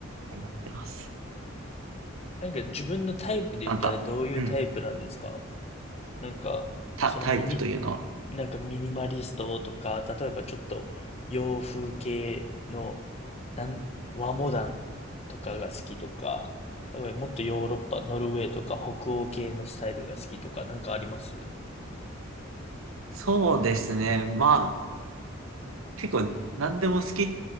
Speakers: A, on the right; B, on the left.
A: 思ってます。
B: なんか自分のタイプで言ったらどういうタイプなんですか
A: なんか、うん、
B: なんか、
A: タ、
B: そのミニ、
A: タイプというのは。
B: なんかミニマリストとか、例えばちょっと洋風系のなん和モダンとかが好きとか、やっぱりもっとヨーロッパ、ノルウェーとか北欧系のスタイルが好きとか、なんかあります
A: そうですね。まあ、結構何でも好きっ